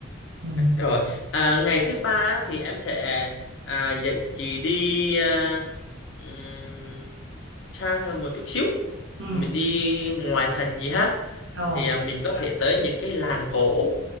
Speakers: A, on the right; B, on the left.
A: ừ.
B: rồi à, ngày thứ ba á, thì em sẽ à, dẫn chị đi à, ừm, xa hơn một chút xíu
A: Ừ.
B: mình đi ngoài thành gì ha
A: Ờ.
B: thì à, mình có thể tới những cái làng cổ